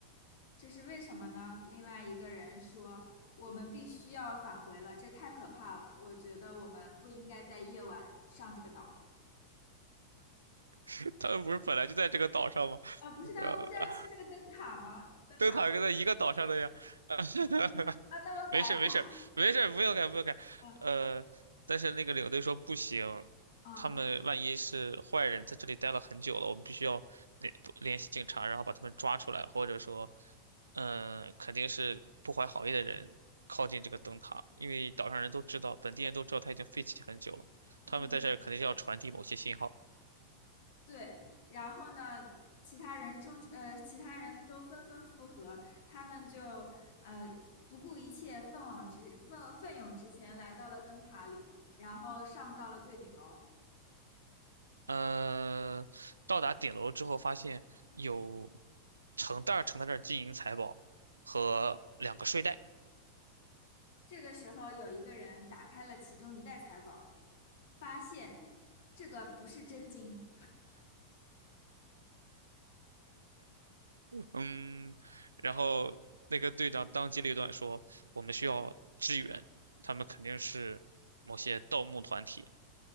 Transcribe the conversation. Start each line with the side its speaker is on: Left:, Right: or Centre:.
Left: 这是为什么呢？另外一个人说：“我们必须要返回了，这太可怕了。我觉得我们不应该在夜晚上这个岛。”
Right: <laughs> 他们不是本来就在这个岛上吗？<laughs>
Left: 啊，不是，他们不是要去那个灯塔吗？
Right: 呃，
Left: 灯塔
Right: 灯塔跟在一个岛上的呀。<laughs>
Left: 啊，那我改一下。
Right: 没事儿没事儿没事儿，不用改不用改。
Left: 嗯
Right: 呃，但是那个领队说不行，
Left: 嗯
Right: 他们万一是坏人，在这里待了很久了，我们必须要联不联系警察，然后把他们抓出来，或者说，嗯、肯定是不怀好意的人靠近这个灯塔，因为岛上人都知道，本地人都知道它已经废弃很久了，
Left: 嗯。
Right: 他们在这儿肯定是要传递某些信号。
Left: 对，然后呢，其他人中呃，其他人都纷纷附和，他们就呃不顾一切，奋往直奋奋勇直前，来到了灯塔里，然后上到了最顶楼。
Right: 呃，到达顶楼之后，发现有成袋儿成袋儿的金银财宝和两个睡袋。
Left: 这个时候，有一个人打开了其中一袋财宝，发现这个不是真金。
Right: 嗯，然后那个队长当机立断说，我们需要支援，他们肯定是某些盗墓团体，